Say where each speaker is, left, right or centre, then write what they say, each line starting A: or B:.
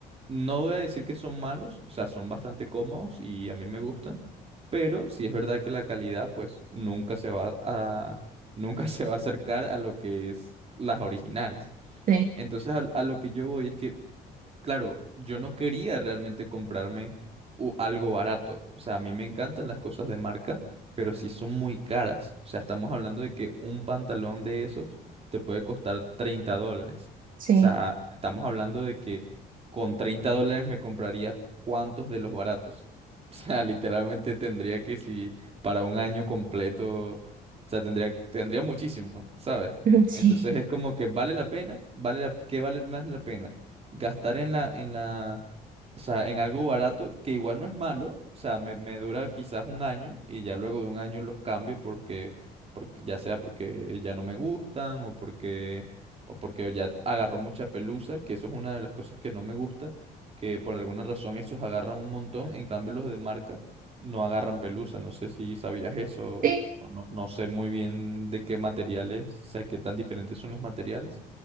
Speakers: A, on the right (about 35°); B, on the right (about 55°).
A: No voy a decir que son malos, o sea, son bastante cómodos y a mí me gustan, pero sí es verdad que la calidad pues nunca se va a, nunca <laughs> se va a acercar a lo que es las originales.
B: Sí,
A: Entonces a, a lo que yo voy es que Claro, yo no quería realmente comprarme u- algo barato. O sea, a mí me encantan las cosas de marca, pero sí son muy caras. O sea, estamos hablando de que un pantalón de esos te puede costar 30 dólares.
B: sí,
A: O sea, estamos hablando de que con 30 dólares me compraría cuántos de los baratos. <laughs> O sea, literalmente tendría que si para un año completo, o sea, tendría, tendría muchísimo, ¿sabes?
B: ujú, sí,
A: Entonces es como que vale la pena, vale la, ¿qué vale más la pena? gastar en la, en la, o sea, en algo barato que igual no es malo, o sea, me, me dura quizás un año y ya luego de un año los cambio porque, porque ya sea porque ya no me gustan o porque, o porque ya agarró mucha pelusa, que eso es una de las cosas que no me gusta, que por alguna razón esos agarran un montón, en cambio los de marca no agarran pelusa, no sé si sabías eso
B: sí.
A: o no, no sé muy bien de qué materiales, o sea, qué tan diferentes son los materiales.